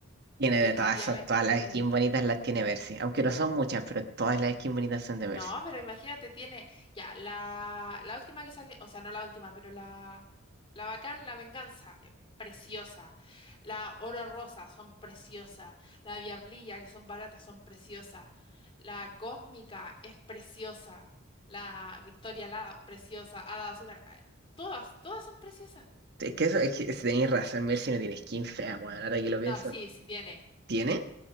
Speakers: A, on the right (about 50°); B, on the left (about 25°).
A: Tiene
B: definitivamente...
A: de todas esas, todas las skins bonitas las tiene Mercy. Aunque no son muchas, pero todas las skins bonitas son de
B: No,
A: Mercy.
B: pero imagínate, tiene ya la, la última que salió, o sea, no la última, pero la, la Bacán, la Venganza, es preciosa. La Oro Rosa, son preciosas. La Diablilla, que son baratas, son preciosas. La Cósmica es preciosa. La Victoria la preciosa. Hada de Azúcar, ah, todas, todas son preciosas.
A: Es que eso, es que si tenéis razón, Mercy no tiene skin fea, weón, ahora que lo pienso.
B: No, sí, sí tiene.
A: ¿Tiene?